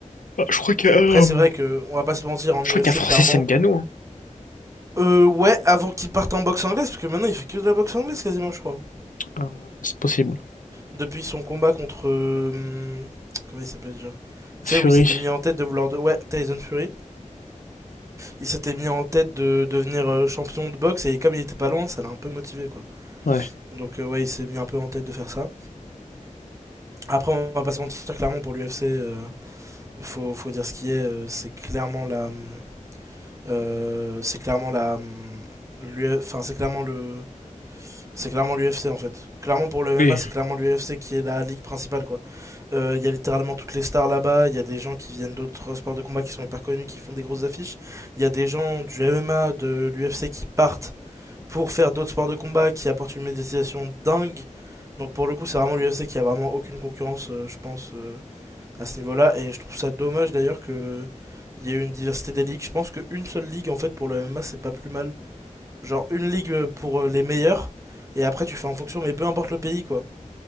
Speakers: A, on the left (about 80°); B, on the right (about 25°).
A: Bah, je crois qu'il y a, euh,
B: Après c'est vrai que on va pas se mentir en
A: je
B: UFC
A: crois qu'il y a Francis
B: clairement,
A: Ngannou. hein.
B: Euh, ouais, avant qu'il parte en boxe anglaise, parce que maintenant il fait que de la boxe anglaise quasiment, je crois.
A: Euh, c'est possible.
B: Depuis son combat contre. euh, comment il s'appelait déjà? Tu
A: Fury,
B: sais, où il s'était mis en tête de vouloir. De... Ouais, Tyson Fury. Il s'était mis en tête de devenir euh, champion de boxe, et comme il était pas loin, ça l'a un peu motivé, quoi.
A: ouais.
B: Donc, euh, ouais, il s'est mis un peu en tête de faire ça. Après, on va pas se mentir, clairement, pour l'UFC, euh, faut, faut dire ce qui est, euh, c'est clairement la. hum, euh, c'est clairement la. hum, Enfin, c'est clairement le C'est clairement l'UFC en fait. Clairement pour le MMA,
A: Oui,
B: c'est clairement l'UFC qui est la ligue principale quoi. Euh, Il y a littéralement toutes les stars là-bas, il y a des gens qui viennent d'autres sports de combat qui sont hyper connus, qui font des grosses affiches. Il y a des gens du MMA, de l'UFC qui partent pour faire d'autres sports de combat qui apportent une médiatisation dingue. Donc pour le coup, c'est vraiment l'UFC qui a vraiment aucune concurrence, euh, je pense, euh, à ce niveau-là. Et je trouve ça dommage d'ailleurs que il y ait une diversité des ligues. Je pense qu'une seule ligue en fait pour le MMA, c'est pas plus mal Genre une ligue euh, pour euh, les meilleurs. Et après, tu fais en fonction, mais peu importe le pays, quoi.